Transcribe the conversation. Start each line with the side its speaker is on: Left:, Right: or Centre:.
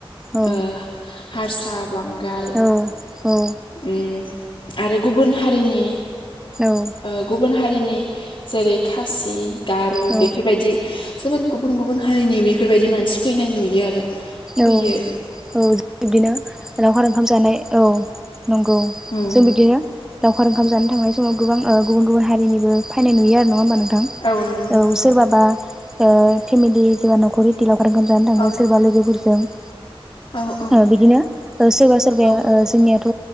Centre: औ
Left: ओ हारसाफ बांगाल
Centre: औ
Left: उ आरो गुबुन हारिनि
Centre: औ
Left: ओ गुबुन हारिनि जेरै खासि, गार'
Centre: औ
Left: बेफोरबायदि चेबेद गुबुन गुबुन हारिनि बेफोरबायदि मानसि फैनाय नुयो आरो फैयो
Centre: औ
Left: ।
Centre: औ बिबिनो रावखार ओंखाम जानाय औ नंगौ
Left: औ
Centre: जों बिगिनो लावखार ओंखाम जानो थांनाय समाव गोबां आ गुबुन गुबुन हारिनिबो फायनाय नुयो आरो नङा होमबा नों ओं
Left: औ नंगौ नोंथां
Centre: औ सोरबाबा ओ फेमिलि जोया न'खर हिटिलावखार खाम जानो थाङो
Left: औ
Centre: सोरबा लोगोफोरजों ।
Left: औ औ
Centre: ओ बिदिनो सोरबा सोरबाया
Left: औ
Centre: ओ जोंनियाथ'